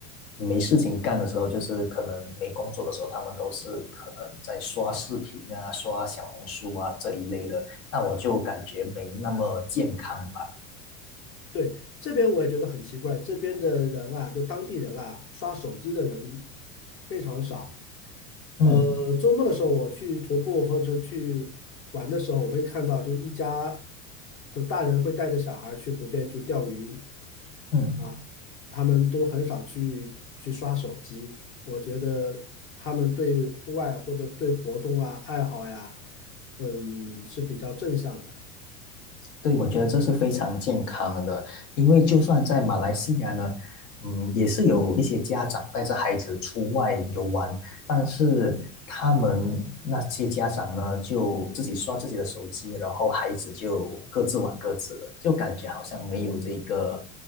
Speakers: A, on the left; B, on the left.
A: 没事情干的时候，就是可能没工作的时候，他们都是可能在刷视频啊、刷小红书啊这一类的。那我就感觉没那么健康吧。
B: 对，这边我也觉得很奇怪，这边的人啊，就当地人啊，刷手机的人非常少。
A: 嗯
B: 呃，周末的时候我去徒步或者去玩的时候，我会看到就一家就大人会带着小孩儿去湖边去钓鱼
A: 嗯。
B: 啊，他们都很少去去刷手机。我觉得他们对户外或者对活动啊爱好呀，嗯，是比较正向的。
A: 对，我觉得这是非常健康的，因为就算在马来西亚呢，嗯，也是有一些家长带着孩子出外游玩，但是他们那些家长呢，就自己刷自己的手机，然后孩子就各自玩各自的，就感觉好像没有这个，